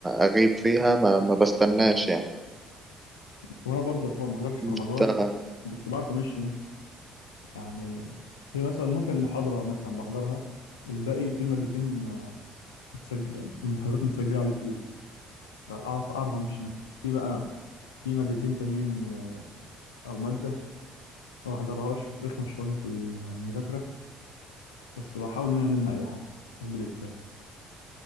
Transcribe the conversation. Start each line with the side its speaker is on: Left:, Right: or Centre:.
Right: اغيب فيها ما, ما بستناش يعني
Left: وانا برضه يعتبر ما حضرتش في
Right: انت
Left: رمضان بس بعرف امشي نفسي يعني في مثلا ممكن محاضرة مثلا بحضرها الباقي في مادتين آه، متسجل المحاضرات متسجلة على اليوتيوب فأعرف أعرف أمشي نفسي في بقى في مادتين تانيين آه، أو مادة ما بحضرهاش رخمة شوية في المذاكرة بس بحاول إن أنا ألم أي حاجة أقول إزاي